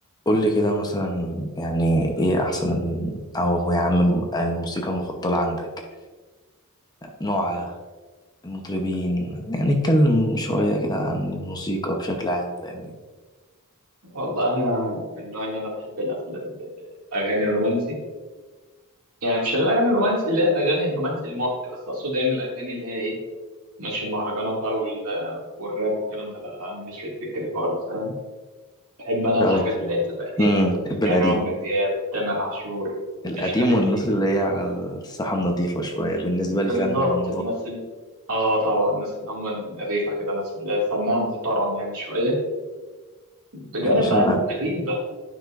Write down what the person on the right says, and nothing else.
والله انا من النوع اللي انا بحب الأف- ال- ال- الاغاني الرومانسي يعني مش الاغاني الرومانسي اللي هي الاغاني الرومانسي المحن بس اقصد يعني الاغاني اللي هي ايه مش المهرجانات بقى وال... والراب والكلام ده لا لا انا ماليش في السكه دي خالص فاهم بحب انا
الحاجات اللي هي بتبقى ايه
يعني
عمرو دياب تامر عاشور
مش عارف
ايه
بالظبط
الناس ال... اه طبعا الناس اللي هم النظيفه كده الناس اللي فنها محترم يعني شويه بجانب
بقى
القديم بقى